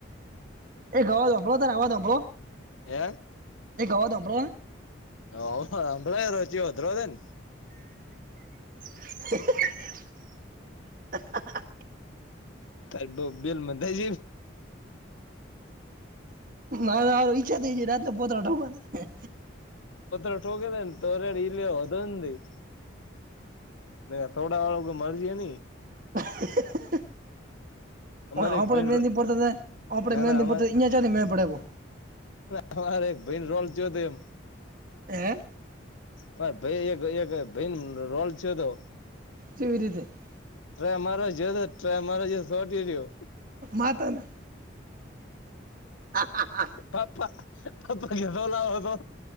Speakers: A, on the right; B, on the left.
A: એ ગવા દંભલો, તને અવા દંભલો.
B: એ.
A: એ ઘવા ધંભળ.
B: આવો ઓફર સાંભળેલો છે, રો ભદ્ર દન.
A: હ. હા, હા.
B: તારે બહુ બેલ, મંધાય જ.
A: ના, મા ઈચ્છા થઈ જાય, રાતના પોતત્ર ઢવાની.
B: પત્રોટગ દન તોરડ એલ્ અદંધ <unintelligible> ન થોડા વાળ કોઈ મરજે ની.
A: હ.
B: અમારે
A: હ, આપણે
B: એક ભાઈ
A: મેનતા હતા, હ, આપણે
B: ના
A: મેનતા
B: ના અમારે
A: હતાહીયા ચા ન મેળ પડે એવો.
B: અમારે એક ભાઈને રોલ જ હતો એમ.
A: હે.
B: હ, ભાઈ એક-એક ભાઈ રોલ છે તો.
A: શવી રીતે <unintelligible>
B: ટ મારો જે હતો, ટ્રેક મારો જે સોટી રહ્યો.
A: માતાના હા, હા, હા.
B: પાપા સોલા સો,